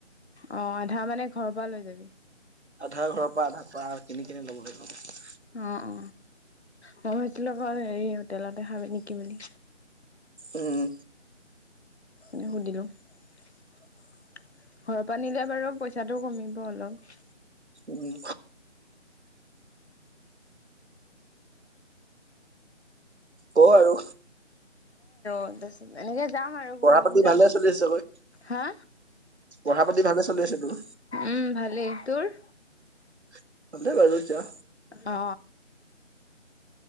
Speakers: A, on the left (about 60°); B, on the right (about 65°).
A: অ আধা মানে ঘৰৰ পৰা লৈ যাবি।
B: আধা ঘৰৰ পৰা আধা খোৱা কিনি কেনে ল'ব লাগিব।
A: অ, অ, মই ভাবছিলোঁ আ হেৰি হোটেলতে খাবি নেকি বুলি।
B: উম।
A: এনে সুধিলোঁ। ঘৰৰ পৰা নিলে বাৰু পইচাটো কমিব অলপ।
B: উম। কো আৰু।
A: <unintelligible> এনেকে যাম আৰু <unintelligible>
B: পঢ়া পাতি
A: যাম,
B: ভালে চলি আছে চাগৈ
A: হা?
B: পঢ়া পাতি ভালে চলি আছে তোৰ?
A: উম ভালেই, তোৰ?
B: <inaudible>
A: অ